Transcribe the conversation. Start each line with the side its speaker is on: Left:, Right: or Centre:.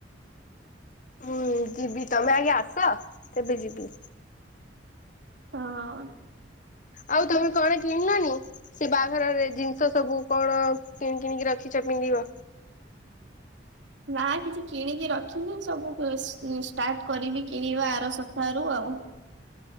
Left: ହୁଁ ଯିବି ତମେ ଆଗେ ଆସ ସେବେ ଯିବି।
Right: ହଁ।
Left: ଆଉ ତମେ କଣ କିଣିଲଣି? ସେ ବାହାଘରରେ ଜିନିଷ ସବୁ କଣ କିଣି କିଣିକି ରଖିଛ ପିନ୍ଧିବ?
Right: ନା କିଛି କିଣିକି ରଖିନି ସବୁ ଉ ଉଁ ଷ୍ଟାର୍ଟ କରିବି କିଣିବା ଆର ସପ୍ତାହରୁ ଆଉ।